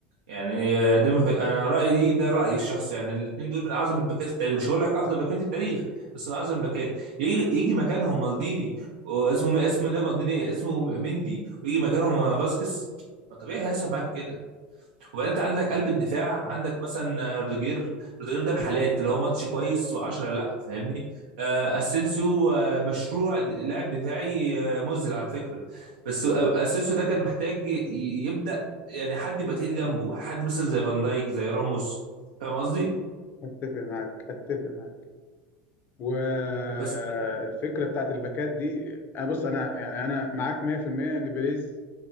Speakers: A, on the right (about 85°); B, on the left (about 45°).
A: يعني آه، دي ما في- انا رايي دي ده رايي الشخصي يعني الاثنين دول من اعظم الباكات في التاريخ مش هقول لك افضل باكين في التاريخ بس من اعظم الباكات يجي, يجي مكانهم مالديني واسمه اسمه ده مالديني اسمه مندي ويجي مكانهم آه، فاسكيز ما طبيعي هيحصل معاك كده وبعدين انت عندك قلب الدفاع عندك مثلا آه، روديجير روديجير ده بحالات اللي هو ماتش كويس و10 لا فاهمني آه، اسينسيو آه، مشروع د- لاعب دفاعي آه، مذهل على فكره بس آه، اسينسيو ده كان محتاج ي- يبدا يعني حد يبقى تقيل جنبه حد مثلا زي فان دايك زي راموس فاهم قصدي
B: اتفق معاك اتفق معاك والفكره
A: بس
B: بتاعت الباكات دي انا بص انا يعني انا معاك 100% ان بيريز